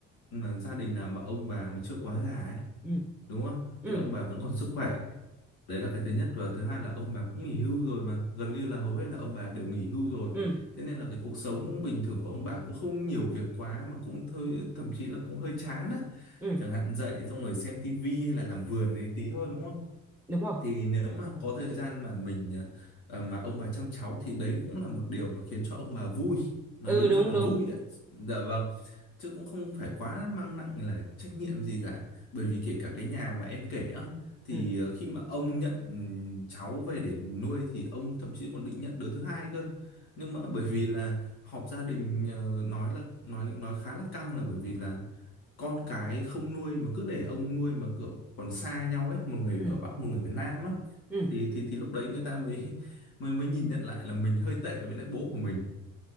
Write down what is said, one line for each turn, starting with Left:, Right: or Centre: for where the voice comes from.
Left: mà gia đình nào mà ông bà mà chưa quá già ấy
Centre: ừ
Left: đúng không
Centre: ừ
Left: thì ông bà vẫn còn sức khỏe đấy là cái thứ nhất và thứ hai là ông bà cũng nghỉ hưu rồi mà gần như là hầu hết là ông bà đều nghỉ hưu rồi
Centre: ừ
Left: thế nên là cái cuộc sống bình thường của ông bà cũng không nhiều việc quá mà cũng thôi thậm chí là cũng hơi chán á
Centre: ừ
Left: chẳng hạn dậy xong rồi xem tivi hay là làm vườn ấy tí thôi đúng không
Centre: đúng rồi
Left: thì nếu mà có thời gian mà mình ờ, mà ông bà chăm cháu thì đấy cũng là một điều mà khiến cho ông bà vui nó
Centre: ừ
Left: đúng
Centre: đúng
Left: ra là
Centre: đúng
Left: vui ấy dạ vâng chứ cũng không phải quá mang nặng là trách nhiệm gì cả bởi vì kể cả cái nhà mà em kể á thì
Centre: ừ
Left: ờ, khi mà ông nhận ừm, cháu về để nuôi thì ông thậm chí còn định nhận đứa thứ hai cơ nhưng mà bởi vì là họp gia đình ờ, nói là nói nói khá là căng là bởi vì là con cái không nuôi mà cứ để ông nuôi mà kiểu còn xa nhau ấy một người
Centre: ừ
Left: ở Bắc một người ở Nam á
Centre: ừ
Left: thì thì thì lúc đấy người ta mới <laughs> mới mới nhìn nhận lại là mình hơi tệ với lại bố của mình